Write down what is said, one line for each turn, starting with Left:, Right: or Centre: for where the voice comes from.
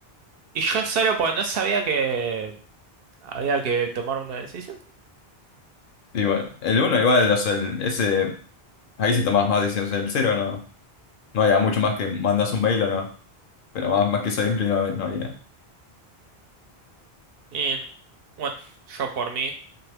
Right: Y yo solo porque no sabía que había que tomar una decisión.
Left: Y bueno, el uno igual, o sea, el- ese, ahí sí tomás más decisiones. El cero no. No había mucho más que mandas un mail o no. Pero más, más que esa gameplay no, no había.
Right: Y no. bueno, yo por mí